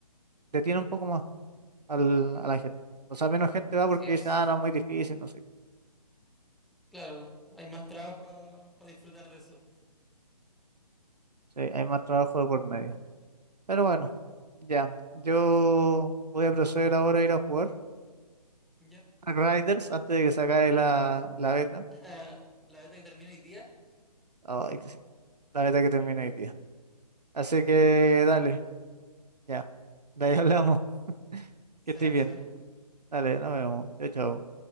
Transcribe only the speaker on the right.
detiene un poco más al- a la gente. O sea, menos gente
va porque
dice, ah, no, muy difícil, no sé qué.
Sí, hay más trabajo de por medio. Pero bueno, ya. Yo voy a proceder ahora a ir a jugar
a Riders antes de que se acabe la, la beta.
Ay, que sí, La beta que termina hoy día. Así que dale.
Ya, de ahí hablamos. <laughs> Que
estés bien.
Dale, nos vemos. Chao, chao.